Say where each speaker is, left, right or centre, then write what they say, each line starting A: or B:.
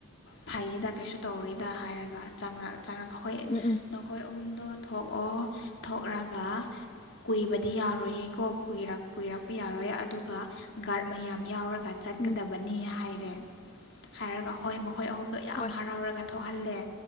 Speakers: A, on the left (about 55°); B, on the left (about 30°).
A: ꯐꯩꯌꯦꯗ ꯀꯩꯁꯨ ꯇꯧꯔꯦ ꯗ ꯍꯥꯏꯔꯒ ꯆꯥꯡꯉꯛ ꯆ ꯍꯣꯏ
B: ꯎꯝ ꯎꯝ
A: ꯅꯈꯣꯏ ꯑꯍꯨꯝꯗꯣ ꯊꯣꯛꯑꯣ ꯊꯣꯛꯑꯒ ꯀꯨꯏꯕꯗꯤ ꯌꯥꯔꯣꯏꯌꯦꯀꯣ ꯀꯨꯏꯔꯄ ꯌꯥꯔꯣꯏ ꯑꯗꯨ ꯒꯥꯔꯗ ꯃꯌꯥꯝ ꯌꯥꯎꯔꯒ ꯆꯠꯀꯗꯕꯅꯤ
B: ꯎꯝ
A: ꯍꯥꯏꯔꯦ ꯍꯔꯒꯥ ꯍ ꯃ ꯑꯩꯈꯣꯏ ꯑꯍꯨꯝꯗꯣ ꯌꯥꯝ
B: ꯍꯣꯏ
A: ꯍꯔꯥꯎꯔꯒ ꯊꯣꯛꯍꯜꯂꯦ